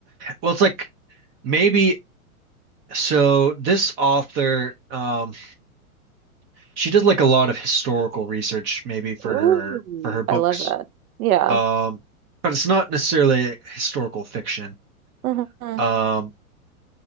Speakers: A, on the right; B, on the right.
A: Well, it's like maybe so this author um she did like a lot of historical research maybe for
B: Ooh,
A: her for her books.
B: I love that. Yeah.
A: Um, but it's not necessarily historical fiction.
B: Mhm.
A: Um,